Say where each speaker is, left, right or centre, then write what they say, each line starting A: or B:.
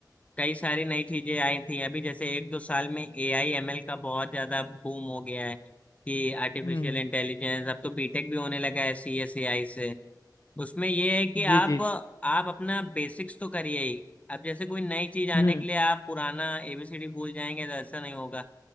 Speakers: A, on the left; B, on the left.
A: कई सारी नई चीजें आई थी अभी जैसे एक दो साल में ए आई एम एल का बहुत ज्यादा बूम हो गया है कि आर्टिफिशियल
B: हम्म
A: इंटेलिजेंस अब तो बीटेक भी होने लगा है सी एस ए आई से उसमें ये है कि
B: जी
A: आप
B: जी
A: आप अपना बेसिक्स तो करिए ही अब जैसे कोई नई चीज
B: हम्म
A: आने के लिए आप पुराना एबीसीडी भूल जाएंगे तो ऐसा नहीं होगा